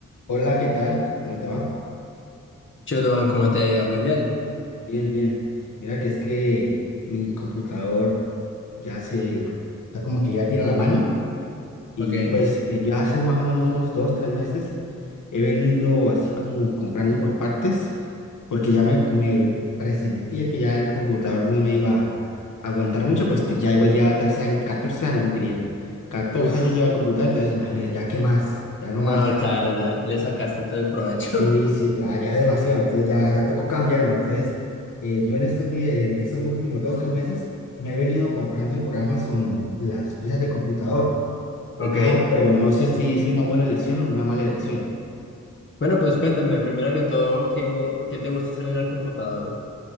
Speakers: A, on the left; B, on the left.
A: Hola, ¿qué tal? ¿Cómo te va?
B: Shotoban, ¿cómo te ha ido? Muy bien.
A: Bien, bien. Mira que es que mi computador ya se, está como que ya tira la mano y
B: Ok.
A: pues eh, ya hace más o menos unos dos, tres meses he venido así como comprando por partes porque ya me, me presentía que ya el computador no me iba a aguantar mucho, pues, pues ya igual lleva 13 años, 14 años diría. catorce
B: Uf.
A: años lleva el computador, entonces imagínate, ya qué más, ya no
B: No,
A: más.
B: claro, ya le sacaste todo el provecho.
A: Sí, sí, ya, ya demasiado, entonces ya, ya tocó cambiarlo. Entonces, eh, yo en estos días, en estos dos últimos dos,
B: <laughs>
A: tres meses, me he venido comprando por Amazon las piezas del computador.
B: Ok.
A: Ajá, pero no sé si hice una buena elección o una mala elección.
B: Bueno, pues cuéntame, primero que todo, ¿qué, qué te gusta hacer en el computador?